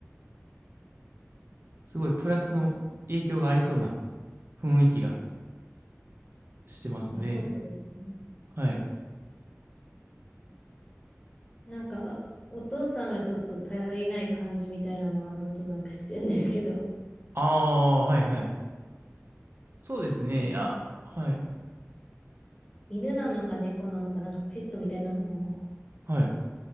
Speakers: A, on the right (about 50°); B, on the left (about 15°).
A: すごいプラスの影響がありそうな雰囲気がしてますね。
B: あ、そうなんですね。
A: はい。
B: なんか、お父さんがちょっと頼りない感じみたいなのはなんとなく知ってるんですけど、
A: ああ、はい、はい。そうですね。
B: あと、
A: いや、はい。
B: 犬なのか猫なのか、なんかペットみたいなのも
A: はい。